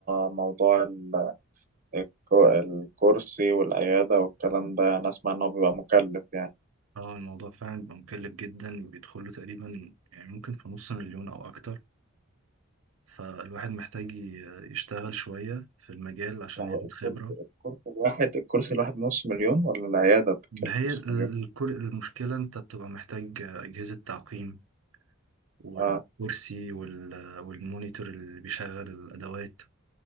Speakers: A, on the right; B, on the right.
A: موضوع ال- الكو- الكرسي والعيادة والكلام ده أنا أسمع إن هو بيبقى مكلف يعني
B: اه الموضوع فعلا بيبقى مكلف جدا بيدخله تقريبا يعني ممكن في نص مليون أو أكتر فالواحد محتاج ي- يشتغل شوية في المجال عشان
A: هو
B: ياخد
A: الكرسي
B: خبرة
A: الكرسي الواحد الكرسي الواحد نص مليون ولا العيادة بتتكلف
B: ما هي
A: نص
B: ال-
A: مليون؟
B: الكل- المشكلة أنت بتبقى محتاج أجهزة تعقيم والكرسي
A: اه
B: وال... والمونيتور اللي بيشغل الأدوات